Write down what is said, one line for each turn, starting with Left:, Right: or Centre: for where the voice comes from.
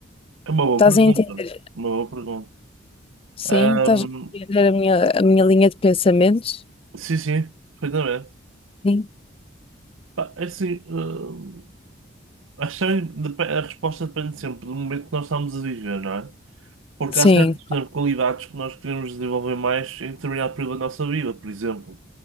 Right: é uma boa
Left: estás
Right: pergunta.
Left: a entender?
Right: Uma boa pergunta.
Left: Sim,
Right: Ahm,
Left: estás a entender a minha, a minha linha de pensamentos?
Right: sim, sim, perfeitamente.
Left: Sim,
Right: Pá, é assim, ahm, acho que depe- a resposta depende sempre do momento que nós estamos a viver, não é? Porque
Left: sim,
Right: há certas, por exemplo, qualidades que nós queremos desenvolver mais em determinado período da nossa vida. Por exemplo,